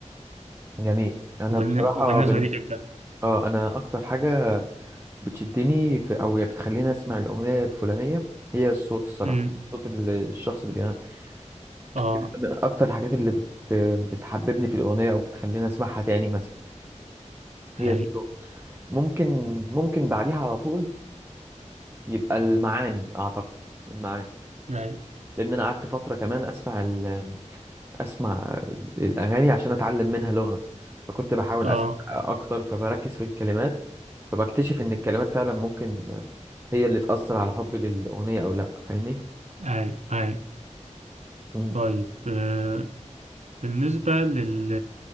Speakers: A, on the right; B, on the right.
A: جميل انا
B: وبالن-
A: بصراحة
B: وبالنسبة
A: بن...
B: ليك أنت
A: اه انا اكتر حاجة بتشدني في او يعني بتخليني اسمع الأغنية الفلانية هي الصوت الصراحة
B: أمم،
A: صوت ال- الشخص اللي بيغني
B: آه
A: دي من اكتر الحاجات اللي بت... بتحببني في الأغنية او بتخليني اسمعها تاني مثلا
B: هاي
A: هي الصوت ممكن ممكن بعديها على طول يبقى المعاني اعتقد المعاني
B: هاي
A: لان انا قعدت فتره كمان اسمع ال... اسمع ال- الاغاني عشان اتعلم منها لغه فكنت بحاول
B: آه
A: اسمع اكتر فبركز في الكلمات فبكتشف ان الكلمات فعلا ممكن هي اللي تاثر على حبي للاغنيه او لا فاهمني
B: هاي هاي
A: مم.
B: طيب آه، بالنسبة لل